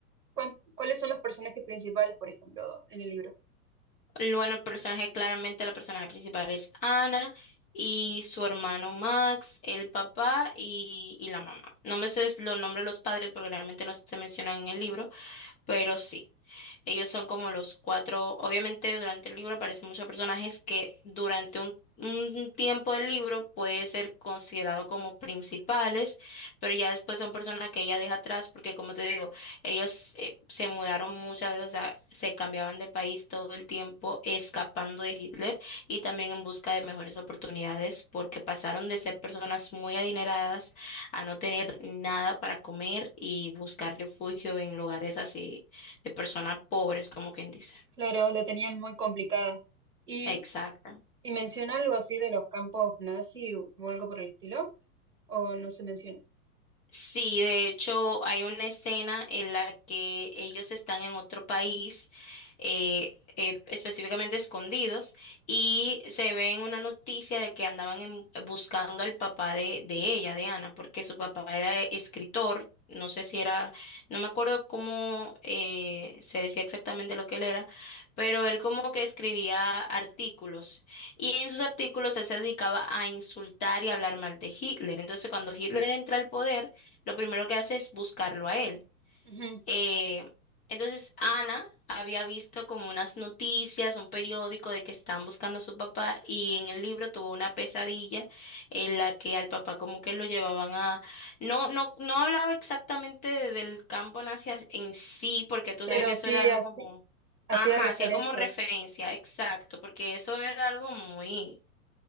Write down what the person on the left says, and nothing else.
Bueno, el personaje, claramente la personaje principal es Ana y su hermano Max, el papá y, y la mamá. No me sé los nombres de los padres porque realmente no se mencionan en el libro, pero sí. Ellos son como los cuatro, obviamente durante el libro aparecen muchos personajes que durante un, un tiempo del libro puede ser considerado como principales, pero ya después son personas que ella deja atrás porque como te digo, ellos eh, se mudaron muchas veces, o sea, se cambiaban de país todo el tiempo escapando de Hitler y también en busca de mejores oportunidades porque pasaron de ser personas muy adineradas a no tener nada para comer y buscar refugio en lugares así de personas pobres, como quien dice.
Exacto.
Sí, de hecho hay una escena en la que ellos están en otro país, eh, eh, específicamente escondidos, y se ve en una noticia de que andaban en- buscando al papá de, de ella, de Ana, porque su papá era escritor, no sé si era, no me acuerdo cómo eh, se decía exactamente lo que él era, pero él como que escribía artículos. Y en sus artículos él se dedicaba a insultar y hablar mal de Hitler. Entonces, cuando Hitler entra al poder, lo primero que hace es buscarlo a él.
Eh, entonces Ana había visto como unas noticias, un periódico de que estaban buscando a su papá y en el libro tuvo una pesadilla en la que al papá como que lo llevaban a... No, no, no hablaba exactamente de- del campo nazi en sí, porque tú
sabes que eso
era algo
como...
Ajá,
hacía como referencia, exacto, porque eso era algo muy...